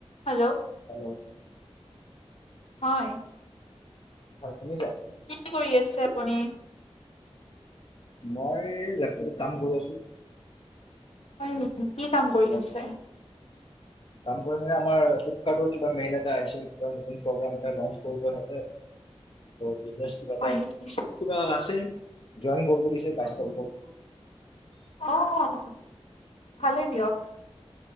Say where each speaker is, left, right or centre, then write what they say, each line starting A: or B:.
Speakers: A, on the left; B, on the left.
A: Hello
B: hello.
A: হয়।
B: হয় শুনিছা।
A: কি কৰি আছে আপুনি?
B: মই লেপটপত কাম কৰি আছো।
A: হয় নেকি। কি কাম কৰি আছে?
B: কাম কৰি মানে আমাৰ ফিলিপ-ৰ্কাট কিবা মেইল এটা আহিছে। এ নতুন প্ৰগ্ৰাম এটা লঞ্চ কৰিব লাগে। বিজনেছ কিবা এটা
A: হয় নেকি
B: কিবা আছে। জইন কৰিব দিছে বাইছ তাৰিখৰ
A: অ'অ' ভালেই দিয়ক।